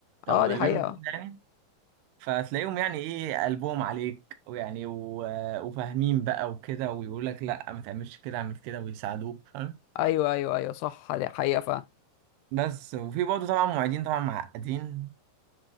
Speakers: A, on the left; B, on the right.
A: اه
B: او
A: دي
B: قريبين
A: حقيقة
B: مننا يعني فتلاقيهم يعني ايه قلبهم عليك ويعني و- وفاهمين بقى وكده ويقول لك لا ما تعملش كده اعمل كده ويساعدوك فاهم
A: ايوه ايوه ايوه صح دي حقيقة فعلا
B: بس وفي برضه طبعا معيدين طبعا معقدين